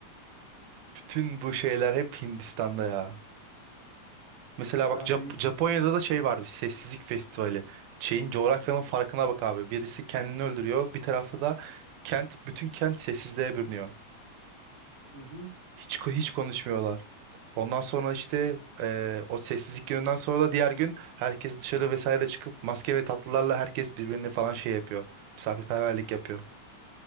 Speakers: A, on the right (about 90°); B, on the right (about 50°).
A: Bütün bu şeyler hep Hindistan'da ya. Mesela
B: Mesela
A: bak Jap-
B: bir ilginç.
A: Japonya'da da şey vardı. Sessizlik Festivali. Şeyin coğrafyanın farkına bak abi. Birisi kendini öldürüyor. Bir tarafta da kent, bütün kent sessizliğe bürünüyor.
B: Hı hı.
A: Hiç ko- hiç konuşmuyorlar. Ondan sonra işte eee, o sessizlik gününden sonra da diğer gün herkes dışarı vesaire çıkıp maske ve tatlılarla herkes birbirini falan şey yapıyor. Misafirperverlik yapıyor.